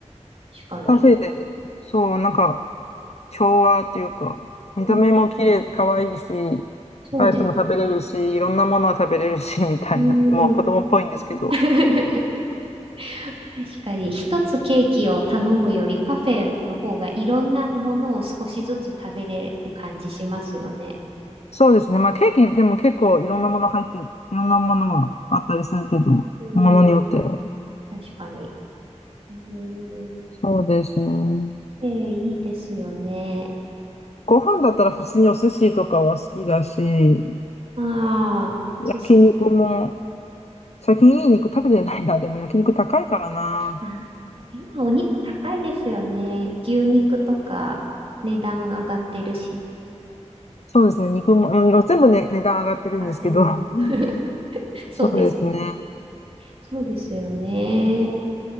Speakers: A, on the right; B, on the left.
A: 確かに。
B: パフェで、そう、なんか、調和っていうか、見た目も綺麗、
A: うん、
B: 可愛いし、
A: そうですね。
B: アイスも食べれるし、いろんなものを食べれるし、<laughs> みたいな。
A: う
B: もう子供っぽいんですけど。
A: ん。<laughs> 確かに、一つケーキを頼むよりパフェの方がいろんなものを少しずつ食べれる感じしますよね。
B: そうですね。まあケーキでも結構いろんなもの入って、いろんなものがあったりするけど、
A: うん、
B: ものによっては。
A: 確かに。うん、
B: そうですね。
A: えー、いいですよね。
B: ご飯だったら普通にお寿司とかは好きだし、
A: ああ、お寿司。
B: 焼肉も、最近いい肉食べてないな。<laughs> でも焼肉高いからな。
A: うん今お肉高いですよね。牛肉とか値段上がってるし。
B: そうですね。肉も、うん、全部ね、値段上がってるんですけど。
A: 合ってます。
B: うん
A: <laughs> そうです。
B: そうですね。
A: そうですよね。なん